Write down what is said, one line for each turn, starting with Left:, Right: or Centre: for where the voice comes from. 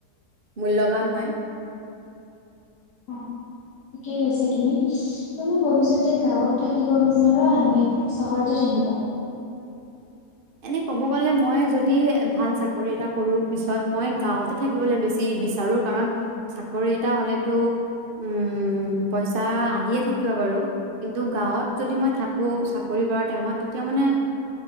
Right: মূল্যবান হয়।
Left: অ' ঠিকেই কৈছা তুমি, তুমি ভৱিষ্যতে গাঁৱত থাকিব বিচাৰা নে চহৰতে থাকিবা?
Right: এনে ক'ব গ'লে মই যদি ভাল চাকৰি এটা কৰো, পিছত মই গাঁওঁতে থাকিবলৈ বেছি বিচাৰো। কাৰণ চাকৰি এটা হ'লেতো উ পইচা আহিয়ে থাকিব বাৰু, কিন্তু গাঁৱত যদি মই থাকো চাকৰি কৰা টাইমত তেতিয়া মানে